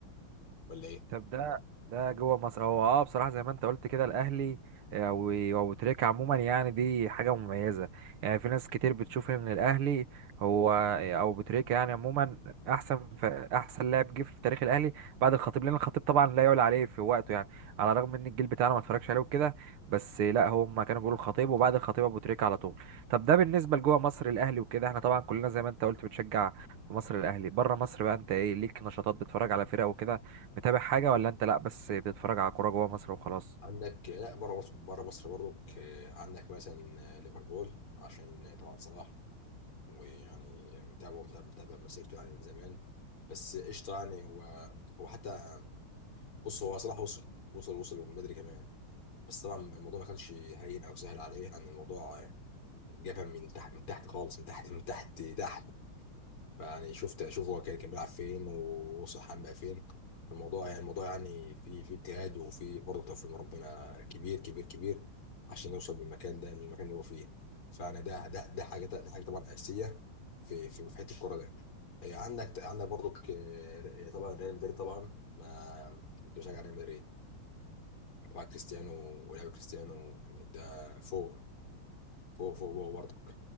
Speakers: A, on the left; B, on the right.
A: ولا ايه؟
B: طب ده ده جوه مصر هو اه بصراحه زي ما انت قلت كده الاهلي آه، و- او تريكة عموما يعني دي حاجه مميزه يعني في ناس كتير بتشوف ان الاهلي هو آه، او بتريكة يعني عموما احسن ف... احسن لاعب جه في تاريخ الاهلي بعد الخطيب لان الخطيب طبعا لا يعلى عليه في وقته يعني على الرغم ان الجيل بتاعنا ما اتفرجش عليه وكده بس لا هم كانوا بيقولوا الخطيب وبعد الخطيب ابو تريكة على طول طب ده بالنسبه لجوه مصر الاهلي وكده احنا طبعا كلنا زي ما انت قلت بتشجع في مصر الاهلي بره مصر بقى انت ايه ليك نشاطات بتتفرج على فرق وكده متابع حاجة ولا انت لا بس بتتفرج على كورة جوه مصر وخلاص
A: عندك لا بره مصر بره مصر برضك آه، عندك مثلا آه، ليفربول عشان طبعا صلاح ويعني متابع متابع متابع مسيرته يعني من زمان بس قشطه يعني هو هو حتى بص هو صلاح وصل وصل وصل ومن بدري كمان بس طبعا الموضوع ما كانش هين او سهل عليه يعني الموضوع جابها من تحت من تحت خالص من تحت من تحت تحت يعني شفت اشوف هو كان كان بيلعب فين ووصل حام بقى فين الموضوع يعني الموضوع يعني في في اجتهاد وفي برضه توفيق من ربنا كبير كبير كبير عشان يوصل بالمكان ده للمكان اللي هو فيه فانا ده ده ده حاجه ده حاجه طبعا اساسيه في في في حته الكوره ده إيه، عندك عندك برضه طبعا ريال مدريد طبعا ما كنت بشجع ريال مدريد طبعا كريستيانو ولعب كريستيانو يعني ده فوق فوق فوق فوق برضك